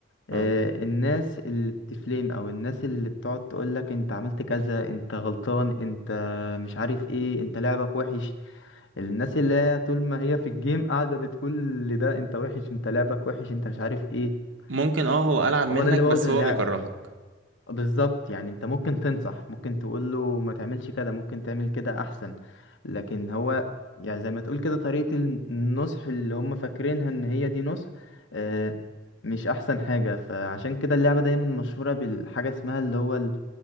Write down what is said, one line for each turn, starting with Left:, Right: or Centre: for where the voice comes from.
Left: آه،
Right: اه
Left: الناس اللي بتفليم او الناس اللي بتقعد تقولك انت عملت كذا انت غلطان انت مش عارف ايه انت لعبك وحش الناس اللي هي طول ما هي في الجيم قاعدة بتقول لده انت وحش انت لعبك وحش انت مش عارف ايه
Right: ممكن اه هو العب منك
Left: هو ده اللي
Right: بس
Left: بوظ اللعبة
Right: هو بيكرهك
Left: بالظبط يعني انت ممكن تنصح ممكن تقول له ما تعملش كده ممكن تعمل كده احسن لكن هو يعني زي ما تقول كده طريقة النصح اللي هم فاكرينها ان هي دي نصح آه، مش احسن حاجة فعشان كده اللعبة دايما مشهورة بالحاجة اسمها اللي هو ال-